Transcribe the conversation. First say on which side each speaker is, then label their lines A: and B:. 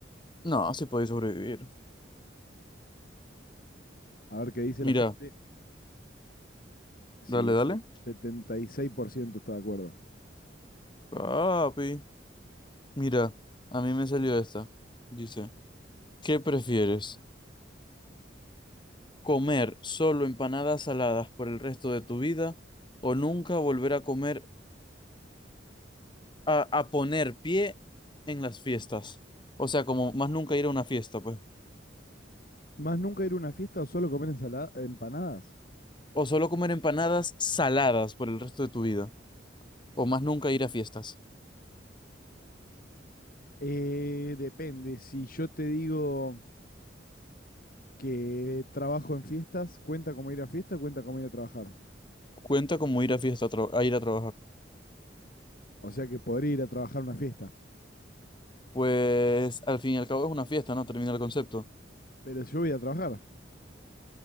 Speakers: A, on the left; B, on the left.
A: no, sí podéis sobrevivir.
B: A ver qué dice
A: Mira,
B: la gente. Sí,
A: dale, dale.
B: se- 76% está de acuerdo.
A: Papi, mira, a mí me salió esta. Dice, ¿qué prefieres? ¿Comer solo empanadas saladas por el resto de tu vida o nunca volver a comer a, a poner pie en las fiestas. O sea, como más nunca ir a una fiesta, pues.
B: ¿Más nunca ir a una fiesta o solo comer ensalada, empanadas?
A: O solo comer empanadas saladas por el resto de tu vida. O más nunca ir a fiestas.
B: Eh, depende. Si yo te digo que trabajo en fiestas, ¿cuenta como ir a fiesta o cuenta como ir a trabajar?
A: Cuenta como ir a fiesta, a tra- a ir a trabajar.
B: O sea que podría ir a trabajar a una fiesta.
A: Pues al fin y al cabo es una fiesta, ¿no? Termina el concepto.
B: Pero yo voy a trabajar.